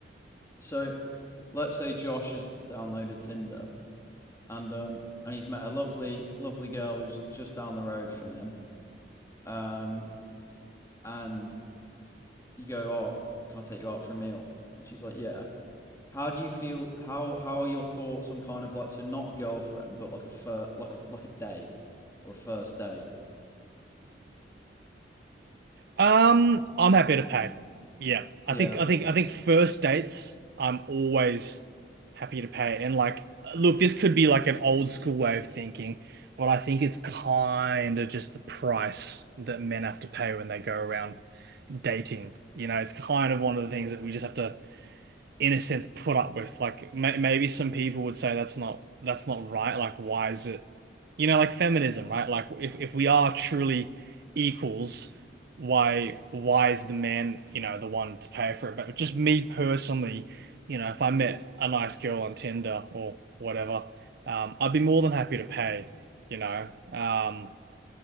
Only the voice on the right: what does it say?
Um, I'm happy to pay. Yeah,
I think I think I think first dates, I'm always happy to pay. And like, look, this could be like an old school way of thinking, but I think it's kind of just the price that men have to pay when they go around dating. You know, it's kind of one of the things that we just have to in a sense put up with like may maybe some people would say that's not that's not right like why is it you know like feminism right like if if we are truly equals why why is the man you know the one to pay for it but just me personally you know if I met a nice girl on Tinder or whatever um I'd be more than happy to pay you know um